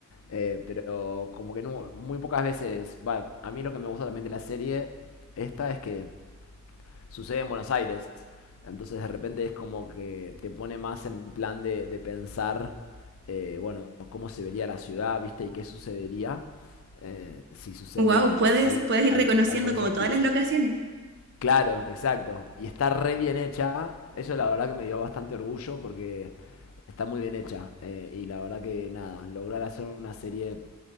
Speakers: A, on the left; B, on the right.
A: Eh, pero como que no, muy pocas veces, va, a mí lo que me gusta también de la serie esta es que sucede en Buenos Aires. Entonces de repente es como que te pone más en plan de, de pensar, eh, bueno, cómo se vería la ciudad, ¿viste? Y qué sucedería eh, si sucede
B: Wow, puedes,
A: algo,
B: puedes ir
A: al-
B: reconociendo
A: algo de
B: como
A: ese estilo.
B: todas las locaciones.
A: Claro, exacto. Y está re bien hecha. Eso la verdad que me dio bastante orgullo porque está muy bien hecha. Eh, y la verdad que nada, lograr hacer una serie